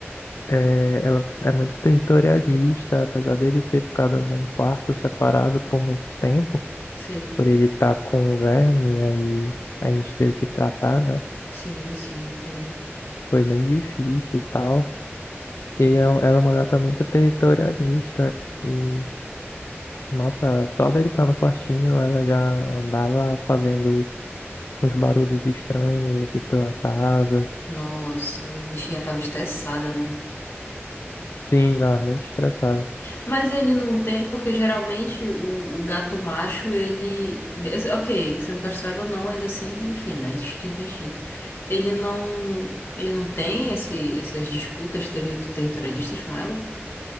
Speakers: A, on the left (about 75°); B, on the left (about 60°).
A: É, ela é muito territorialista, apesar dele ter ficado num quarto separado por muito tempo,
B: <laughs> Sei.
A: por ele estar com o verme, aí a gente teve que tratar, né?
B: Sim, sim, entendo.
A: Foi bem difícil e tal. E é- um, ela é uma gata muito territorialista, e nossa, só dele estar no quartinho, ela já andava fazendo uns barulhos estranhos aqui pela casa.
B: Nossa, a bichinha tava estressada, né?
A: Sim, tá muito estressada.
B: Mas ele não tem, porque geralmente o, o gato macho, ele. mes- Ok, sendo castrado ou não, ainda assim, enfim, né? Instinto é instinto. Ele não. Ele não tem esse, essas disputas terri- territorialistas com ela?